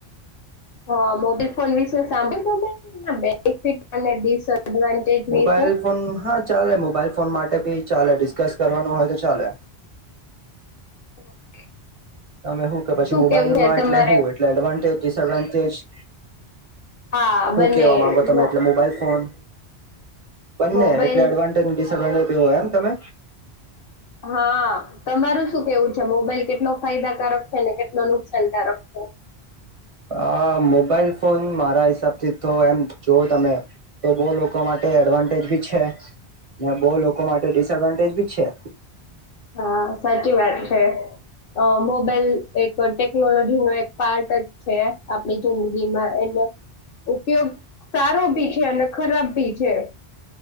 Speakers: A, on the left; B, on the right.
A: હ મોબાઈલ ફોન વિશે સાંભ એના બેનિફિટ અને ડિસએડવાન્ટેજ વિસે
B: મોબાઈલ ફોન હા ચાલે મોબાઈલ ફોન માટે ભી ચાલે ડિસ્કસ કરવાનું હોય તો ચાલે
A: <inaudible>
B: તમે હું કે પછી
A: શું
B: મોબાઈલમાં
A: કેવું છે તમારે
B: એટલે હું એટલે એડવાન્ટેજ ડિસએડવાન્ટેજ
A: હા
B: હું
A: બંને
B: કેવા માંગો તમે
A: મો
B: એટલે મોબાઈલ ફોન બંને
A: મોબાઈલ
B: એટલે એડવાન્ટેજ ડિસએડવાન્ટેજ એવો હોય એમ તમે
A: હા તમારું શું કેવું છે મોબાઈલ કેટલો ફાયદાકારક છે ને કેટલો નુકસાનકારક છે
B: આ મોબાઈલ ફોન મારા હિસાબથી તો એમ જોવ તમે તો બો લોકો માટે એડવાન્ટેજ બી છે બો લોકો માટે ડિસએડવાન્ટેજ બી છે.
A: હા સાચી વાત છે મોબાઈલ એક ટેકનોલોજી નો એક પાર્ટ જ છે આપડી જિંદગીમાં એનો ઉપયોગ સારો ભી છે અને ખરાબ ભી છે.